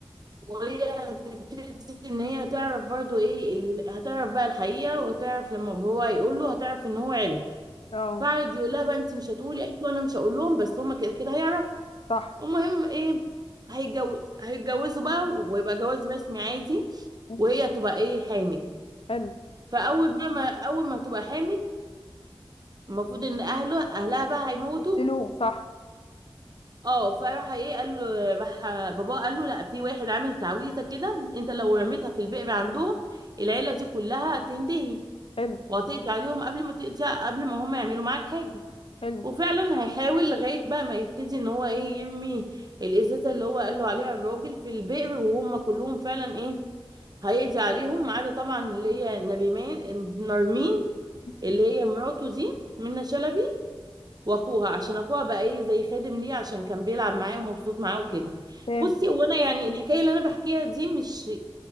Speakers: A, on the right; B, on the left.
A: وهي هتبتدي ان هي تعرف برضو ايه ال... هتعرف بقى الحقيقة وتعرف لما هو هيقول له هتعرف ان هو عرف
B: اه
A: فقعد يقول لها بقى انت مش هتقولي قالت له انا مش هقول لهم بس هما كده كده هيعرفوا
B: صح
A: المهم ايه هيتجوز هيتجوزوا بقى ويبقى جواز رسمي عادي
B: مم.
A: وهي تبقى ايه حامل
B: حلو
A: فاول بقى ما اول ما هتبقى حامل المفروض ان اهله اهلها بقى هيموتوه
B: يقتلوه صح
A: اه فراح ايه قال له راح باباه قال له لا في واحد عامل تعويذه كده انت لو رميتها في البئر عندهم العيله دي كلها هتنتهي
B: حلو
A: وهتقضي عليهم قبل ما تقضي قبل ما هم يعملوا معاك حاجه
B: حلو
A: وفعلا هيحاول لغايه بقى ما يبتدي ان هو ايه يرمي الازازه اللي هو قال له عليها الراجل في البئر وهم كلهم فعلا ايه هيقضي عليهم ما عدا طبعا اللي هي نبيمان نرمين
B: مم.
A: اللي هي مراته دي منى شلبي واخوها عشان اخوها بقى ايه زي خادم ليه عشان كان بيلعب معاه ومبسوط معاه وكده
B: فهمتك
A: بصي هو انا يعني الحكايه اللي انا بحكيها دي مش